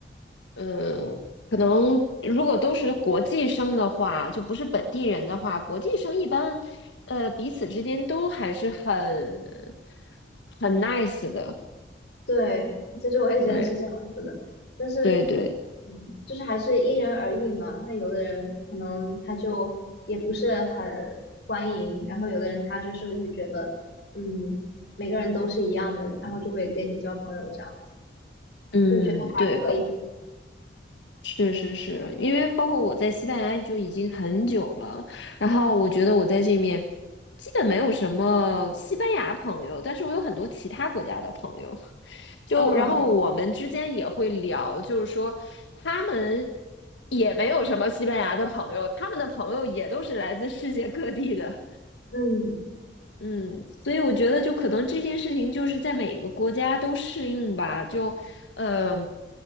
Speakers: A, on the left; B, on the left.
A: 嗯，可能如果都是国际生的话，就不是本地人的话，国际生一般，呃，彼此之间都还是很很 nice 的。
B: 对，其实我也觉得是这样子的，
A: 对
B: 但是，
A: 对对，
B: 嗯，就是还是因人而异嘛。那有的人可能他就也不是很欢迎，然后有的人他就是会觉得，嗯，每个人都是一样的，然后就会跟你交朋友这样，
A: 嗯对，
B: 就我觉得可以。
A: 包是是是，因为包括我在西班牙就已经很久了，然后我觉得我在这面基本没有什么西班牙朋友，但是我有很多其他国家的朋友，就然后我们之间也会聊，
B: 嗯
A: 就是说他们也没有什么西班牙的朋友，他们的朋友也都是来自世界各地的，
B: 嗯，
A: 嗯，所以我觉得，就可能这件事情就是在每个国家都适用吧。就，呃，